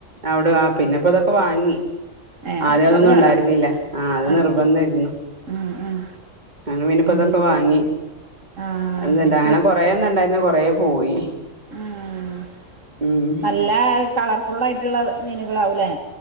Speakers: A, on the right; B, on the right.
A: അവിടെ ആഹ് പിന്നെപ്പോ അതൊക്കെ വാങ്ങി
B: ഏ
A: ആദ്യം അതൊന്നും
B: അത് വേണം
A: ഉണ്ടായിരുന്നില ആഹ് അത്
B: അങ്ങനെ
A: നിർബന്ധരുന്നു
B: ഉം ഉം
A: അങ്ങനെ പിന്നപ്പതൊക്കെ
B: അല്ല
A: വാങ്ങി
B: ആ
A: അങ്ങനെ
B: അത്
A: കൊറെേ എണ്ണ ഇണ്ടായിരുന്നു കൊറേ പോയി..
B: ആഹ്
A: ഉം
B: നല്ല കളർ ഫുൾ ആയിട്ടുള്ള മീനുകൾ ആവുംലെ